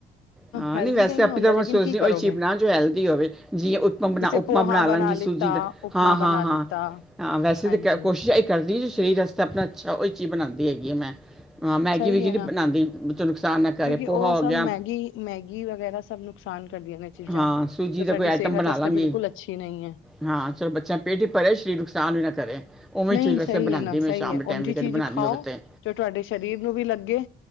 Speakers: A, in the centre; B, on the left.
A: ਹਾਂ
B: ਹੈਲਦੀ
A: ਨਹੀਂ ਵੈਸੇ
B: ਤੇ
A: ਆਪੇ
B: ਹੁੰਦਾ
A: ਤਾਂ ਮੈ
B: ਲੇਕਿਨ
A: ਸੋਚਦੀ
B: ਕੀ ਕਰੋਗੇ
A: ਹੋ ਉਹ ਇਹ ਚੀਜ਼ ਬਣਾ ਜੋ ਹੈਲਦੀ ਹੋਵੇ ਜੀ ਉਤਪਮ ਬਣਾ
B: ਜਿਸੇ
A: ਉਪਮਾਂ
B: ਪੋਹਾ
A: ਬਣਾ ਲਾਂਗੀ
B: ਲਿੱਤਾ
A: ਸੂਜੀ ਦਾ
B: ਉਪਮਾ
A: ਹਾਂ ਹਾਂ
B: ਬਣਾ
A: ਹਾਂ
B: ਲਿੱਤਾ
A: ਹਾਂ ਵੈਸੇ
B: ਹਾਂਜੀ
A: ਤਾਂ ਕੋਸ਼ਿਸ਼ ਇੱਕ ਕਰਦੀ ਜੋ ਸਰੀਰ ਵਾਸਤੇ ਆਪਣਾ ਅੱਛਾ ਉਹ ਚੀਜ਼ ਬਣਾਉਦੀ ਹੈਗੀ ਮੈਂ ਹਾਂ ਮੈਗੀ
B: ਸਹੀ
A: ਵੈਗੀ
B: ਹੈ
A: ਨੀ
B: ਨਾ
A: ਬਣਾਉਂਦੀ ਬਈ ਚਲੋ ਨੁਕਸਾਨ ਦਾ ਘਰ
B: ਕਿਉਂਕਿ
A: ਏ ਪੋਹਾ
B: ਉਹ ਸਭ
A: ਹੋ ਗਿਆ
B: ਮੈਗੀ ਮੈਗੀ ਵਗੈਰਾ ਸਭ ਨੁਕਸਾਨ ਕਰਦੀਆਂ ਨੇ ਚੀਜ਼ਾਂ
A: ਹਾਂ ਸੂਜੀ
B: ਤੇ
A: ਦਾ
B: ਸਾਡੀ
A: ਕੋਈ ਆਈਟਮ
B: ਸਿਹਤ
A: ਬਣਾ
B: ਵਾਸਤੇ
A: ਲਾਂਗੀ
B: ਬਿਲਕੁਲ ਅੱਛੀ ਨਹੀਂ ਹੈ।
A: ਹਾਂ ਚਲੋ ਬੱਚਿਆਂ ਪੇਟ ਹੀ ਭਰੇ ਸ਼ਰੀਰ ਨੂੰ ਨੁਕਸਾਨ ਵੀ ਨਾ ਕਰੇ ਉਵੇਂ ਹੀ
B: ਨਹੀਂ
A: ਚੀਜ਼ ਵੈਸੇ
B: ਸਹੀ
A: ਬਣਾਉਂਦੀ
B: ਹੈ ਨਾ
A: ਮੈਂ
B: ਸਹੀ
A: ਸ਼ਾਮ
B: ਹੈ
A: ਦੇ ਟਾਈਮ
B: ਉਂਝ
A: ਵੀ
B: ਈ
A: ਕਦੇ
B: ਚੀਜ਼
A: ਬਣਾਉਣੀ
B: ਖਾਓ
A: ਹੋਵੇ ਤੇ
B: ਜੋ ਤੁਹਾਡੇ ਸਰੀਰ ਨੂੰ ਵੀ ਲੱਗੇ